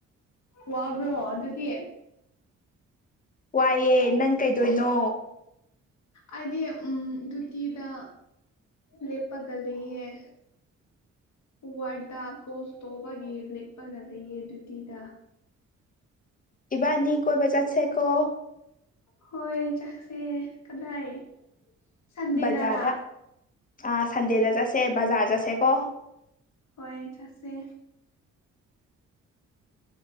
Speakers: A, on the left; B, on the left.
A: ꯋꯥꯕ꯭ꯔꯣ ꯑꯗꯨꯗꯤ
B: ꯋꯥꯏꯑꯦ ꯅꯪ ꯀꯩꯗꯣꯏꯅꯣ
A: ꯑꯩꯗꯤ ꯎꯝ ꯗꯨꯇꯤꯗ ꯂꯦꯞꯄꯒ ꯂꯩꯌ‌ꯦ ꯋꯥꯔꯠꯗ ꯄꯣꯁ ꯇ‌ꯣꯕꯒꯤ ꯂ‌ꯦꯛꯄꯒ ꯂꯩꯌ‌ꯦ ꯗ꯭ꯌꯨꯇꯤꯗ
B: ꯏꯕꯥꯅꯤ ꯀꯣꯏꯕ ꯆꯥꯠꯁꯦ ꯀꯣ
A: ꯍꯣꯏ ꯆꯥꯛꯁꯦ ꯀꯗꯥꯏ ꯁꯟꯗꯦꯗꯔꯥ
B: ꯕꯖꯥꯔꯗ ꯑꯥ ꯁꯟꯗꯦꯗ ꯆꯠꯁꯦ ꯕꯖꯥꯔ ꯆꯠꯁꯦꯀꯣ
A: ꯍꯣꯏ ꯆꯠꯁꯦ